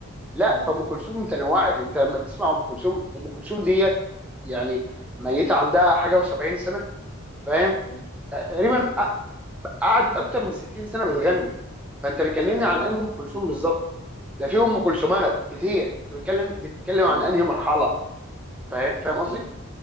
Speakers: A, in the centre; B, on the right.
A: لا
B: مم.
A: فام كلثوم متنوعه انت لما تسمع ام كلثوم ام كلثوم ديت يعني ميته عندها حاجه و70 سنه فاهم
B: مم.
A: تقريبا
B: مم.
A: قعدت اكتر من 60 سنه بتغني فانت بتكلمني
B: ايوه
A: عن انهي ام كلثوم بالظبط ده في ام
B: مم.
A: كلثومات كتير انت بتتكلم بتتكلم
B: ايوه
A: عن انهي مرحله فاهم فاهم
B: مم.
A: قصدي